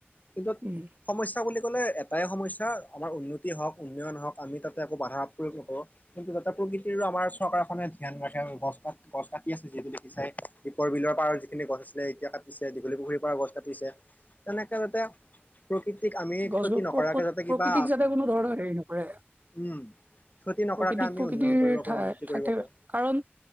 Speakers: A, on the left; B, on the right.
A: কিন্তু
B: উম
A: সমস্যা বুলি ক'লে এটাই সমস্যা আমাৰ উন্নতি হওক উন্নয়ন হওক আমি তাতে একো বাধা প্ৰয়োগ নকৰো কিন্তু যাতে প্ৰকৃতিৰো আমাৰ চৰকাৰখনে ধ্যান ৰাখে গছ গছ কাটি আছে যিহেতু দেখিছোই দীপৰ বিলৰ পাৰ যিখিনি গছ আছিলে এতিয়া কাটিছে পুখুৰী পাৰৰ গছ কাটিছে, তেনেকে তাতে প্ৰকৃতিক আমি
B: গছ
A: ক্ষতি
B: গছ
A: কৰি নকৰাকে
B: প্ৰকত
A: যাতে কিবা
B: প্ৰকৃতিক যাতে কোনো ধৰণৰ হেৰি নকৰে
A: উম ক্ষতি নকৰাকে
B: প্ৰকৃতিক
A: আমি
B: প্ৰকৃতিৰ
A: উন্নয়ন কৰিব পাৰো
B: ঠাইত
A: উন্নতি কৰিব
B: থাক
A: পাৰো
B: কাৰণ